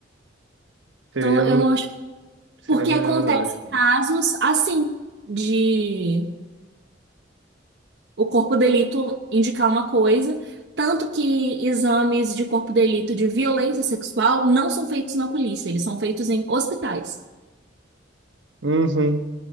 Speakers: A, on the right; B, on the right.
A: Seria,
B: Então, eu não acho.
A: seria
B: Porque
A: melhor,
B: acontece
A: eu acho, né?
B: casos assim, de o corpo de delito indicar uma coisa, tanto que exames de corpo de delito de violência sexual não são feitos na polícia, eles são feitos em hospitais.
A: Uhum.